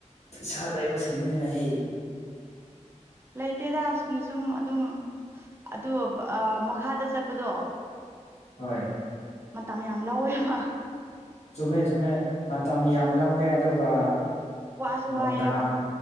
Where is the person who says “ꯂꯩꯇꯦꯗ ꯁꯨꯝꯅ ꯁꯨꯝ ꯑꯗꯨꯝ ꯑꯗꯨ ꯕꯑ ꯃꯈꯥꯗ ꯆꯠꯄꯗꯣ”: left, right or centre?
Right